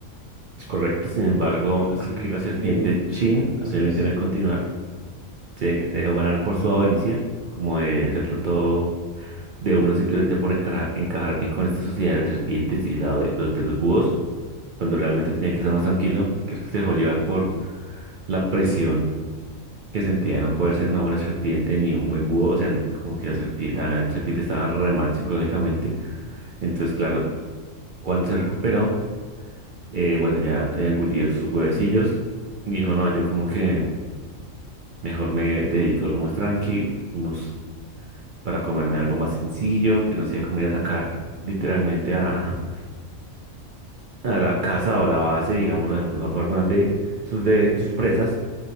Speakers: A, on the right; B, on the left.
A: es correcto. Sin embargo,
B: Así
A: creo que la serpiente
B: que
A: Chin,
B: así
A: permíteme
B: es.
A: continuar, se dejó ganar por su avaricia, como de hacerlo todo de uno simplemente por encajar, encajar bien con esta sociedad de serpientes y la de los de los búhos, cuando realmente tenía que estar más tranquilo. Creo que se dejó llevar por la presión que sentía no poder ser una buena serpiente ni un buen búho, o sea, n- como que la serpiente, la serpiente estaba re mal psicológicamente. Entonces, claro, cuando se recuperó, eh, bueno, ya había engullido sus huevecillos, y dijo, no, yo como que mejor me dedico a algo más tranquilo, unos para comerme algo más sencillo, que no sea como ir a atacar literalmente a, <laughs> a la casa o la base, digamos, de alguna forma de sus, de sus presas,